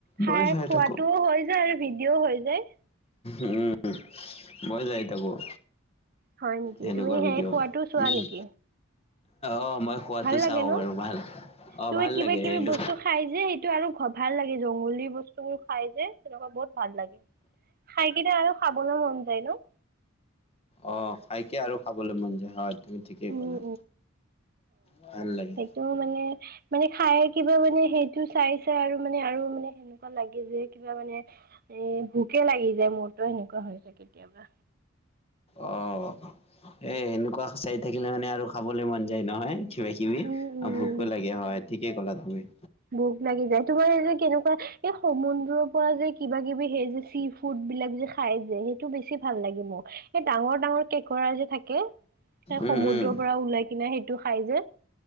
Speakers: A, on the right; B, on the left.
A: খাই
B: ময়ো চাই
A: খোৱাটোও
B: থাকো।
A: হৈ যায় আৰু ভিডিও হৈ যায়।
B: উম মই চাই থাকোঁ।
A: হয় নেকি
B: সেনেকুৱা
A: তুমি
B: ভিডিঅ'
A: সেই খোৱাটো চোৱা
B: উম।
A: নেকি
B: অ' মই খোৱাটো
A: ভাল লাগে
B: চাও
A: ন
B: বাৰু ভাল অ'
A: তোমাৰ
B: ভাল
A: কিবা
B: লাগে
A: কিবি
B: এইটো।
A: বস্তু খাই যে সেইটো আৰু ভাল লাগে, জংগলী বস্তুবোৰ খাই যে তেনেকুৱা বহুত ভাল লাগে। খাই কিনে আৰু খাবলৈ মন যায় ন?
B: অ' খাইকে আৰু খাবলৈ মন যায় হয়। তুমি ঠিকেই
A: উম
B: ক'লা, ভাল লাগে।
A: টো মানে, মানে খাই কিবা মানে সেইটো চাই চাই আৰু মানে আৰু মানে সেনেকুৱা লাগি যে কিবা মানে এ ভোকে লাগি যায় মোৰতো সেনেকুৱা হৈ যায় কেতিয়াবা।
B: অ' এ এনেকুৱা চাই থাকিলে মানে আৰু খাবলৈ মন যায় নহয় কিবা কিবি,
A: উম উম
B: আৰু ভোকো লাগে হয় ঠিকেই ক'লা তুমি।
A: বোক লাগি যায়। তোমাৰ এই যে কেনেকুৱা এই সমুদ্ৰৰ পৰা যে কিবা কিবি সেই যে চিফ ফুড বিলাক যে খাই যে সেইটো বেছি ভাল লাগে মোক। এই ডাঙৰ ডাঙৰ কেকৰা যে থাকে। স-সমুদ্ৰৰ
B: উম, উম,
A: পৰা ওলাই কিনে সেইটো খাই যে।